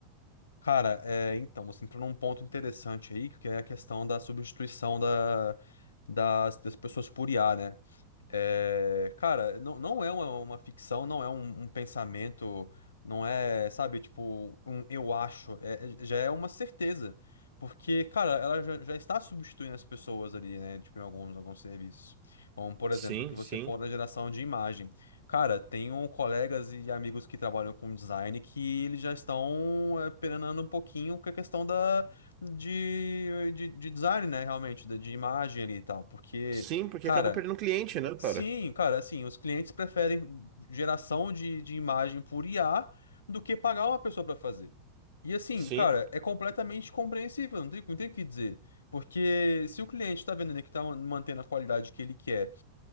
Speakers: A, on the left; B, on the right.
A: Cara, é, então, você entrou num ponto interessante aí, que é a questão da substituição da, das, das pessoas por IA, né? É, cara, não, não é uma, uma ficção, não é um, um pensamento, não é, sabe, tipo, um eu acho, é- é- já é uma certeza. Porque, cara, ela já, já está substituindo as pessoas ali, né? Tipo, em alguns, alguns serviços. Como, por exemplo,
B: Sim,
A: que você
B: sim.
A: for da geração de imagem. Cara, tenho colegas e amigos que trabalham com design que eles já estão é, penando um pouquinho com a questão da, de, de, de design, né? Realmente, da- de imagem ali e tal. Porque.
B: Sim, porque
A: Cara,
B: acaba perdendo cliente, né, cara?
A: Sim, cara, assim, os clientes preferem geração de, de imagem por IA do que pagar uma pessoa para fazer. E assim,
B: Sim.
A: cara, é completamente compreensível, não tem, não tem o que dizer. Porque se o cliente está vendo ali que está mantendo a qualidade que ele quer